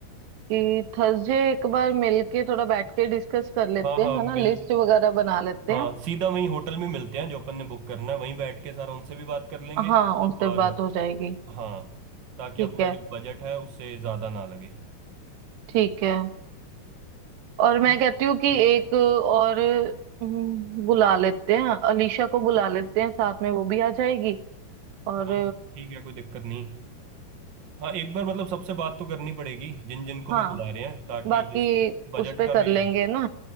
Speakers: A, on the right (about 80°); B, on the right (about 40°).
A: कि थर्सडे एक बार मिलके थोड़ा बैठ के डिस्कस कर लेते
B: हाँ हाँ
A: हैं है
B: मिल
A: ना लिस्ट वगैरह बना लेते
B: हाँ
A: हैं
B: सीधा वहीं होटल में मिलते हैं जो अपन ने बुक करना है वहीं बैठ के सारा उनसे भी बात कर लेंगे
A: हाँ उनसे
B: और
A: बात हो जाएगी
B: हाँ ताकि
A: ठीक
B: अपना
A: है
B: जो बजट है उससे ज़्यादा ना लगे
A: ठीक है और मैं
B: ठीक
A: कहती हूँ कि
B: हम्म
A: एक और हम्म, बुला लेते हैं अलीशा को बुला लेते हैं साथ में वो भी आ जाएगी और
B: हाँ ठीक है कोई दिक्कत नहीं हाँ एक बार मतलब सबसे बात तो करनी पड़ेगी जिन जिन को
A: हाँ
B: भी बुला रहे हैं ताकि
A: बाकी
B: जिस बजट
A: उस पे
B: का
A: कर
B: भी
A: लेंगे ना